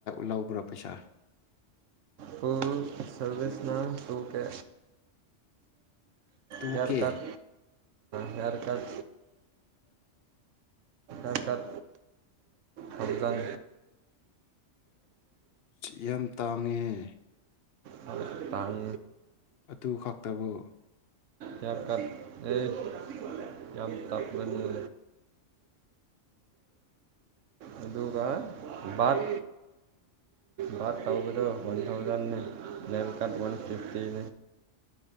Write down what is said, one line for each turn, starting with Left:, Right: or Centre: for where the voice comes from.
Left: ꯂꯧꯕ꯭ꯔꯥ ꯄꯩꯁꯥ
Right: ꯇ ꯁꯔꯕꯤꯁꯅ ꯇꯨ ꯀꯦ
Left: ꯇꯨ
Right: ꯍꯦꯌꯔ
Left: ꯀꯦ
Right: ꯀꯠ ꯍꯦꯌꯔ ꯀꯠ ꯑꯙ ꯀꯥꯗ ꯍꯝꯖꯥꯟ
Left: ꯌꯥꯝ ꯇꯥꯡꯉꯦꯍꯦ
Right: ꯄ ꯇꯥꯡ
Left: ꯑꯗꯨ ꯈꯛꯇꯕꯨ
Right: ꯌꯥꯌꯥꯔ ꯀꯥꯗ ꯑꯦ ꯌꯥꯝ ꯇꯥꯄ꯭ꯔꯅꯤꯦ ꯑꯗꯨꯗꯒ ꯕꯥꯠ ꯕꯥꯠ ꯇꯧꯕꯗꯣ ꯋꯥꯟ ꯊꯥꯎꯖꯟꯅꯦ ꯅ ꯋꯥꯟ ꯐꯤꯐꯇꯤ